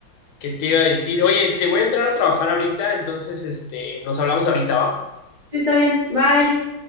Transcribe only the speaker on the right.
Sí, está bien. Bye.